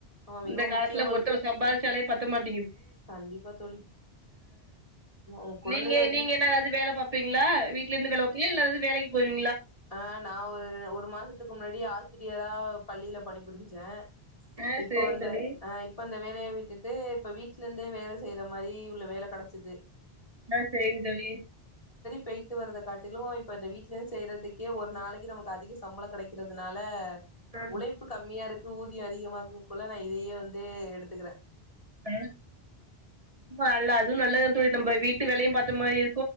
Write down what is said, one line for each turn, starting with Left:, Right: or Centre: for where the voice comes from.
Left: ஆமா மிகவும்
Right: இந்த காலத்துல
Left: முக்கியமானது
Right: ஒருத்தவுங்க சம்பாதிச்சாலே பத் <unintelligible>
Left: கண்டிப்பா தோழி உன் குழந்தைகள
Right: நீங்க நீங்க என்ன அது வேலை பாப்பீங்க இல்ல வீட்ல இருந்துவேலைபாப்பியா இல்ல வேலைக்கி போயி
Left: ஆஹ் நான் ஒரு ஒரு மாசத்துக்கு முன்னாடி ஆஸ் ஆசிரியரா பள்ளியில பணி புரிஞ்சேன்
Right: ஆ
Left: இப்போ
Right: சேரிங்க
Left: வந்து
Right: தோழி
Left: ஆஹ் இப்ப வந்து இந்த வேலையை விட்டுட்டு இப்ப வீட்டு்ல இருந்தே வேலை செய்யிற மாதிரி உள்ள வேலை கிடைச்சுது
Right: ஆஹ் சேரிங்க தோழி
Left: போயிட்டு வறத காட்டிலும் இப்ப அத வீட்லயே செய்யறதுக் கே ஒரு நாளைக்கு நமக்கு அதிக சம்பளம் கிடைக்கிறதுனால
Right: ஆ
Left: உழைப்பு கம்மியா இருக்கு ஊதியம் அதிகமாகும் குள்ள நான் இதையே வந்து எடுத்துக்கிறேன்
Right: உம் ஆமா நல்லா அதுவும் நல்லது தான் தோழி நம்ம வீட்டு வேலையும் பாத் அது மாரி இருக்